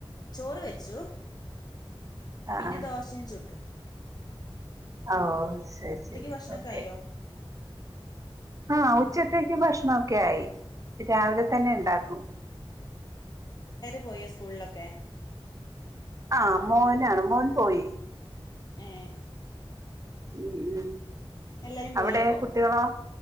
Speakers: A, on the left; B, on the right.
A: ചോറ് വെച്ചു പിന്നെ
B: ആഹ്
A: ദോശയും ചുട്ടും
B: ഓ ശരി ശരി
A: ഭക്ഷണമൊക്കെ
B: ഓക്കെ
A: ആയോ
B: ആ ഉച്ചത്തേക്ക് ഭക്ഷണൊക്കെ ആയി രാവിലെ തന്നെ ഇണ്ടാക്കും
A: പോയി സ്കൂളിലൊക്കേ
B: ആ മോനാണ് മോൻ പോയി
A: ഏ
B: ഉം ഉം
A: എല്ലാരും പോയി
B: അവിടെ
A: അപ്പോ
B: കുട്ടികളോ